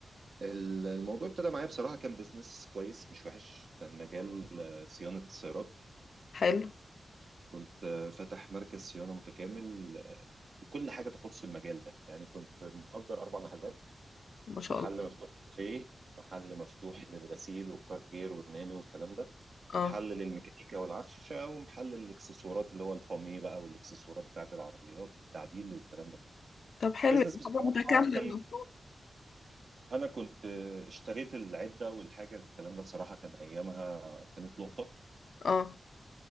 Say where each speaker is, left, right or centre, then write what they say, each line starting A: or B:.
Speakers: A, on the right; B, on the left.
A: ال- الموضوع ابتدى معايا بصراحة كان بيزنس كويس مش وحش كان مجال آه، صيانة السيارات
B: حلو
A: كنت آه، فاتح مركز صيانة متكامل لكل حاجة تخص المجال ده يعني كنت مأجر أربع محلات
B: ما شاء
A: محل
B: الله
A: مفتوح كافيه محل مفتوح للغسيل والكاركير والنانو والكلام ده ومحل
B: اه
A: للميكانيكا والعفشة ومحل للإكسسوارات اللي هو الفامي بقى والإكسسوارات بتاعت العربيات والتعديل والكلام ده كله
B: طب حلو
A: بزنس
B: يعني
A: بصراحة
B: حاجة متكاملة
A: كان
B: المفروض
A: أنا كنت اشتريت العدة والحاجة الكلام ده بصراحة كان أيامها كانت لقطة
B: اه